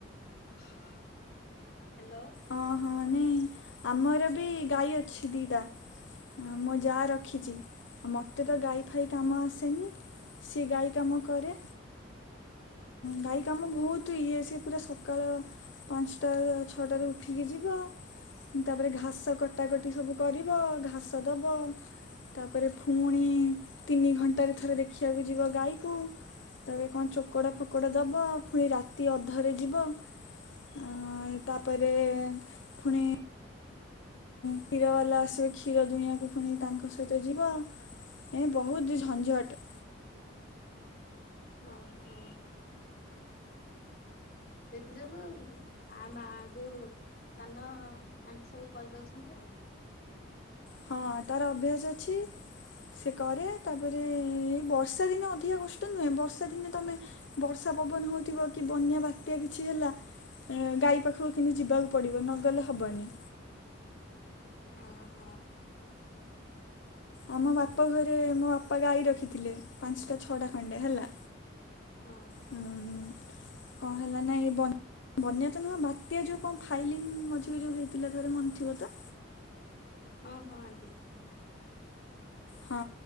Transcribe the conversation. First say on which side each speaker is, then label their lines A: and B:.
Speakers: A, on the left; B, on the left.
A: ହ୍ୟାଲୋ।
B: ଓହଁ ନାଇଁ ଆମର ବି ଗାଈ ଅଛି ଦିଟା। ହଁ ମୁଁ ଯାହା ରଖିଛି ମୋତେ ତ ଗାଈ ଫାଇ କାମ ଆସେନି ସେ ଗାଈ କାମ କରେ। ଗାଈ କାମ ବହୁତ ଇଏ ସିଏ ପୁରା ସକାଳ ପାଞ୍ଚଟା ଛଅଟାରେ ଉଠିକି ଯିବ ତାପରେ ଘାସ କଟାକଟି ସବୁ କରିବ ଘାସ ଦବ। ତାପରେ ଫୁଣି ତିନି ଘଣ୍ଟାରେ ଥରେ ଦେଖିବାକୁ ଯିବ ଗାଈକୁ ତାପରେ କଣ ଚୋକଡ ଫୋକଡ ଦବ ପୁଣି ରାତି ଅଧରେ ଯିବ ଅଁ ଏଁ ତାପରେ ପୁଣି କ୍ଷୀର ବାଲା ଆସିବେ କ୍ଷୀର ଦୁହିଁଆକୁ ପୁଣି ତାଙ୍କ ସହିତ ଯିବ। ଏ ବହୁତ ଝଞଟ।
A: ହଁ ହଁ। ସେଥି ଯୋଗୁ ଆ ମା ଯଉ ସାନ ଆଣ୍ଟି ସବୁ କରିଦଉଛନ୍ତି ଆଉ।
B: ହଁ ତାର ଅଭ୍ୟାସ ଅଛି ସେ କରେ ତାପରେ ଏଇ
A: ହଁ
B: ବର୍ ବର୍ଷା ଦିନେ ଅଧିକା କଷ୍ଟ ନୁହେଁ ବର୍ଷା ଦିନେ ତମେ ବର୍ଷା ପବନ ହଉଥିବ କି ବନ୍ୟା ବାତ୍ୟା କିଛି ହେଲା ଗାଈ ପାଖକୁ କିନ୍ତୁ ଯିବାକୁ ପଡ଼ିବ ନଗଲେ ହବନି।
A: ଅହ।
B: ଆମ ବାପ ଘରେ ମୋ ବାପା ଗାଈ ରଖିଥିଲେ। ପାଞ୍ଚଟା ଛଅଟା ଖଣ୍ଡେ ହେଲା
A: ହଁ
B: ହୁଁ କଣ ହେଲାନା ଏ ବ ବନ୍ୟାତ ନୁହଁ ବାତ୍ୟା ଯୋଉ କଣ ଫାଇଲିନ୍ ମଝିରେ ଯୋଉ ହେଇଥିଲା ଥରେ ମନେ ଥିବ ତ?
A: ହଁ ହଁ ଆଣ୍ଟି।
B: ହଁ